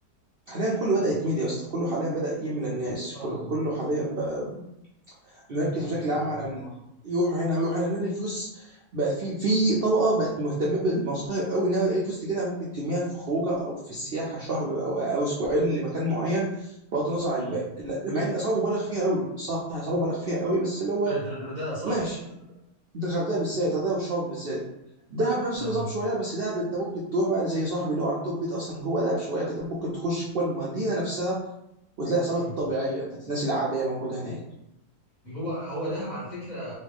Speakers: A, on the right; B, on the left.
A: حاليا كله
B: مم.
A: بدأ يتملي يا اسطى كله حاليا بدأ يملى الناس
B: اه
A: كله
B: اه
A: كله حاليا بقى نركز
B: انت عندك
A: بشكل
B: حق
A: عام على
B: ان
A: ال-
B: هو
A: يروحوا هنا ويروحوا هنا لان الفلوس بقى في في طبقه بقت مهتمه بالمصايف قوي ان هي اي فلوس تجي لها ممكن ترميها في خروجه او في السياحه شهر او او اسبوعين لمكان معين بغض النظر عن
B: مم.
A: الباقي لا، مع ان اسعار مبالغ فيها قوي صح اسعار مبالغ فيها قوي بس اللي هو
B: في في الغردقه صح؟
A: ماشي ده الغردقه بالذات الغردقه والشرم بالذات دهب نفس
B: اه
A: النظام شويه بس دهب انت ممكن تروح بقى زي صاحبي اللي هو عندهم بيت اصلا جوه دهب شويه فانت ممكن تخش جوه المدينه نفسها وتلاقي الاسعار
B: مم.
A: الطبيعيه بتاعت الناس العاديه موجوده هناك
B: هو هو دهب على فكره